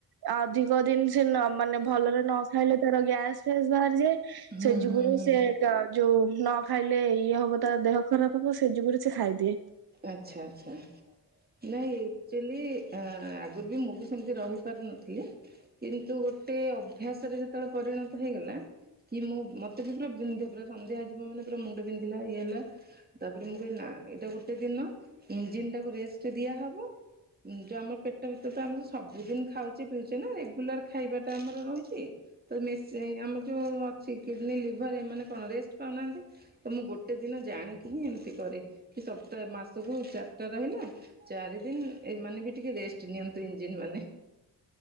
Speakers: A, on the right; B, on the right.
A: ଅଧିକ ଦିନ ସେ ମାନେ ଭଲରେ ନ ଖାଇଲେ ତାର ଗ୍ୟାସ ଫ୍ୟାସ୍ ବାହାରିଯାଏ
B: ହୁଁ
A: ସେ ଯୁଗୁରେ
B: ହୁଁ ହୁଁ
A: ସେ ଜ ଯୋଉ। ନ ଖାଇଲେ ଇଏ ହବ ତା ଦେହ ଖରାପ ହବ ସେ ଯୁଗରେ ସେ ଖାଇଦିଏ।
B: ଆଚ୍ଛା ଆଚ୍ଛା। ନାଇଁ ଆଚୁଆଲି ଆ ଆଗରୁ ବି ମୁଁ ବି ସେମିତି ରହି ପାରୁନଥିଲି। କିନ୍ତୁ ଗୋଟେ ଅଭ୍ୟାସରେ ଯେତେବେଳେ ପରିଣତ ହେଇଗଲା। କି ମୁଁ ମତେ ବି ପୁରା ପନ୍ଧିବେ ପୁରା ସନ୍ଧ୍ୟା ଆଯିବ ମାନେ ପୁରା ମୁଣ୍ଡ ପନ୍ଧିଲା ଇଏ ହେଲା ତାପରେ ମୁଁ କହିଲି ନା ଏଇଟା ଗୋଟେ ଦିନ ଇଞ୍ଜିନ ଟାକୁ ରେଷ୍ଟ ଦିଆ ହବ। ଯଉ ଆମର ପେଟ ଭିତରେ ତ ଆମେ ସବୁଦିନ ଖାଉଛେ ପିଉଛେ ନା ରେଗୁଲାର ଖାଇବାଟା ଆମର ରହୁଛି। ତ ମେସି ଆମର ଯୋଉ ଅଛି କିଡନୀ ଲିଭରଏମାନେ କଣ ରେଷ୍ଟ ପାଉନାହାନ୍ତି ତ ମୁଁ ଗୋଟେ ଦିନ ଦିନ ଜାଣିକି ହିଁ ଏମିତି କରେ କି ସବୁ। ମାସକୁ ଚାରିଟା ରହିଲା ଚାରି ଦିନ ଏମାନେ ବି ଟିକେ ରେଷ୍ଟ ନିଅନ୍ତୁ ଇଞ୍ଜିିନ ମାନେ।